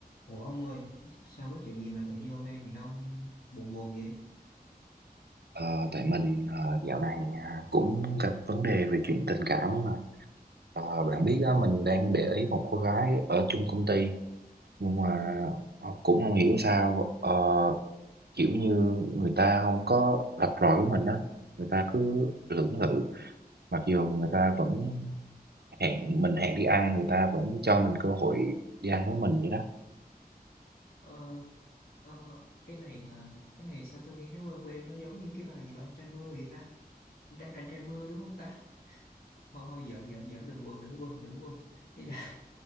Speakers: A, on the left; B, on the right.
A: Ủa ông ơi, sao có chuyện gì mà tự nhiên hôm nay nhìn ông buồn buồn vậy?
B: Ờ, tại mình ờ, dạo này ờ, cũng gặp vấn đề về chuyện tình cảm ấy mà Ờ, bạn biết á, mình đang để ý một cô gái ở chung công ty nhưng mà ờ, cũng không hiểu sao ờ, kiểu như người ta không có rạch ròi với mình á người ta cứ lưỡng lự mặc dù người ta vẫn hẹn mình hẹn đi ăn người ta vẫn cho mình cơ hội đi ăn với mình vậy đó
A: Ờ, ờ, cái này là cái này sao tôi nghe nó quen quen, nó giống như cái bài gì mà anh trai mưa vậy ta? Anh trai anh trai mưa đúng không ta? Thôi thôi giỡn giỡn giỡn đừng buồn đừng buồn đừng buồn. Ý là